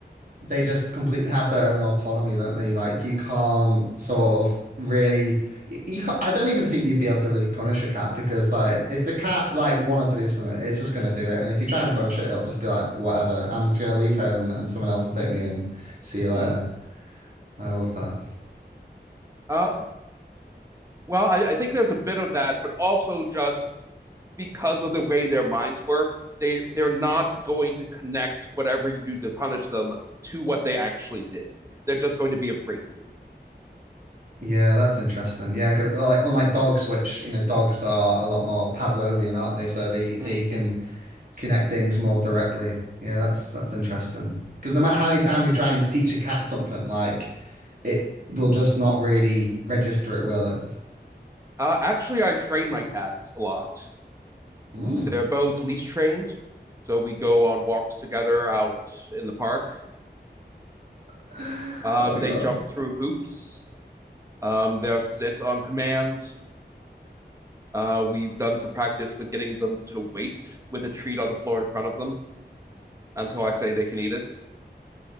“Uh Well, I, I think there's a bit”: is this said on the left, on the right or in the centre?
Right